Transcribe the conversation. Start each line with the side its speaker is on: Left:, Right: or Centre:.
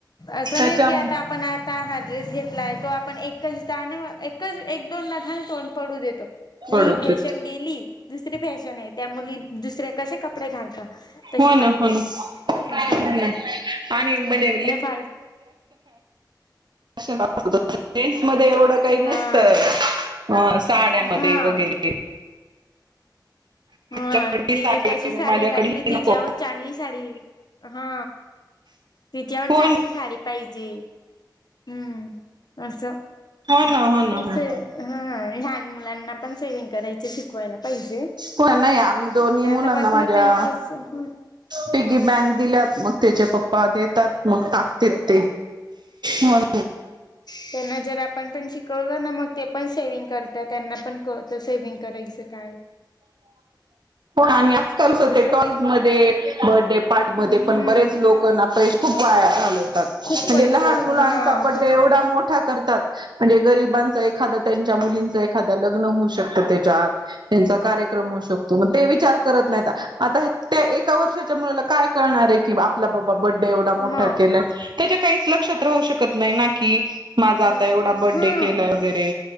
Left: असं
Right: त्याच्या
Left: नाही की आता आपण हा ड्रेस घेतला आहे तो आपण एकच द एकच एक दोन दा घालतो पडू देतो. नाही
Right: पडत
Left: फेश गेली दुसरी फॅशन आहे त्या मुली दुसरे कसे कपडे घालता तसे
Right: हो ना
Left: पाहिजे
Right: हो ना
Left: सांगता
Right: हो ना आणि म्हणजे
Left: फ <unintelligible>
Right: सान्स मध्ये एवढं काही ना
Left: हा
Right: <unintelligible> साडया मध्ये
Left: हा
Right: वगैरे
Left: हा
Right: तुझ्याकडे
Left: तिने तशी साडी
Right: मग माझ्याकडे
Left: घातली
Right: ही
Left: तिच्याहून
Right: नको
Left: चांगली साडी हा तिच्यावर
Right: हो
Left: चांगली
Right: हो
Left: साडी पाहिजे हम्म तर हो
Right: ना ना
Left: सेव
Right: हो
Left: ह लहान मुलांना पण सेविंग करायचे शिकवायला पाहिजे
Right: हो नाही आम्ही दोन्ही
Left: म्हणजे आता
Right: मुलांना
Left: पर्सनल
Right: माझ्या
Left: त्यांना अस हम्
Right: पिगी बँक दिल्यात मग त्याचे पप्पा देतात मग टाकतेयत ते ह
Left: त्यांंना जर आप पण त्यांण शिकवलं ना मग ते पण सेविंग करतात त्यांना पण कळतं सेविंग करायचं काय
Right: आणि आजकालच होते
Left: असं
Right: टॉईज मध्ये बर्थडे पार्टीमध्ये
Left: हम्म
Right: पण बरेच लोक ना पैसे खूप वाया घालवतात.
Left: खूप
Right: म्हणजे
Left: पैसे
Right: लहान मुलांचा
Left: हा
Right: बर्थडे
Left: खूप
Right: एवढा मोठा करतात. म्हणजे गरिबांचा एखादं त्यांच्या मुलींच एखाद्या लग्न होउ शक्त त्याच्यात त्यांचा कार्यक्रम होऊ शकतो मग ते विचार करत नाही. आता ह् त्या एक एका वर्षाच्या मुलाला काय कळणार आहे. किंवा आपला म बड्डे एवढा मोठा
Left: मग
Right: केला त्याच्या काहीच लक्षात राहू शकत नाही ना की माझा आता
Left: मग
Right: एवढा बड्डे
Left: हा
Right: केलाय वगैरे